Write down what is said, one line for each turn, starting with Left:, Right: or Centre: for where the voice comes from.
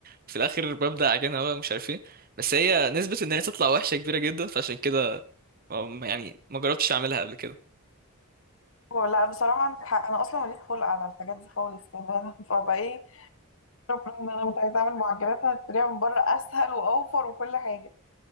Right: في الاخر ببدا عجينه بقى مش عارف ايه بس هي نسبه ان هي تطلع وحشه كبيره جدا فعشان كده ما- يعني ما جربتش اعملها قبل كده
Left: <laughs> لا بصراحة عندك حق. انا اصلا ماليش خلق على الحاجات دي خالص <laughs> فبقى ايه شكرا ان انا مش عايزه اعمل معجنات انا هشتريها من بره اسهل واوفر وكل حاجه